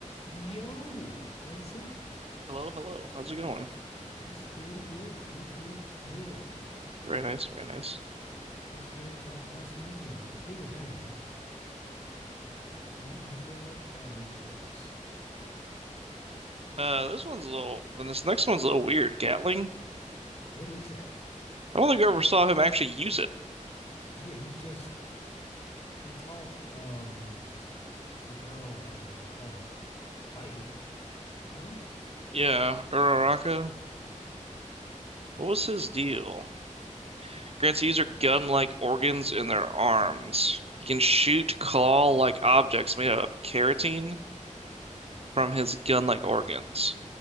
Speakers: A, on the left; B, on the right.
A: Yo, what is up?
B: Hello, hello. How's it going?
A: This is pretty good, pretty good.
B: Very nice, very nice.
A: Just here to talk about some anime. Speaking of anime, My Hero Academy quirks.
B: Uh, this one's a little, then this next one's a little weird. Gatling.
A: What is that?
B: I don't think I ever saw him actually use it.
A: Yeah, he was just he taught um the girl um how to fight. All right.
B: Yeah, Uraraka. What was his deal? Grants the user gun-like organs in their arms. He can shoot claw-like objects made out of keratin from his gun-like organs.